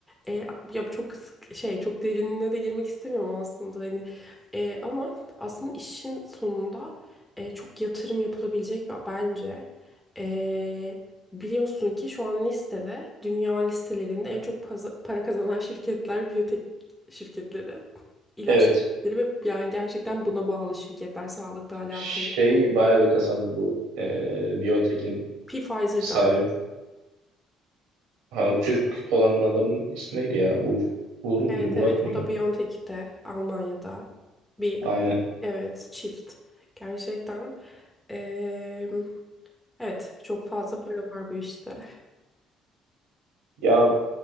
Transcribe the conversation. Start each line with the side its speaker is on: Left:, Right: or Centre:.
Centre: E, ya çok sık- şey çok derinine de girmek istemiyorum aslında hani E, ama aslında işin sonunda e, çok yatırım yapılabilecek ve bence e, biliyorsun ki şu an listede dünya listelerinde en çok paza- para kazanan şirketler biyotek şirketleri, ilaç
Right: Evet.
Centre: şirketleri ve yani gerçekten buna bağlı şirketler sağlıkla alakalı.
Right: Şey bayağı bir kazandı bu e, BioNTech'in
Centre: Pfizer
Right: sahibi.
Centre: dahil.
Right: Ha, Türk olan adamın ismi neydi ya? Uğur, Uğur muydu?
Centre: Evet
Right: Burak
Centre: evet
Right: mıydı?
Centre: o da BioNTech'te Almanya'da bir
Right: Aynen.
Centre: evet çift gerçekten eee, evet çok fazla para var bu işte. <laughs>
Right: Ya